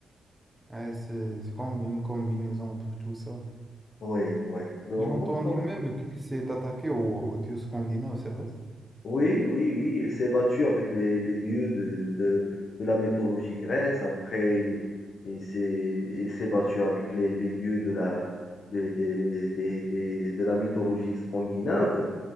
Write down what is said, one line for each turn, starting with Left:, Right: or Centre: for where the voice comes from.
Centre: Ouais, c'est c'est comme une combinaison entre tout ça.
Left: Oui, oui. Donc,
Centre: Je m'entendais
Left: bon,
Centre: même qu'il s'est attaqué au dieu scandinave, c'est vrai ça?
Left: Oui, oui, oui, il s'est battu avec les, les dieux de, de, de la mythologie grecque. Après, il, il s'est, il s'est battu avec les, les dieux de la, des des- des- des- de la mythologie scandinave.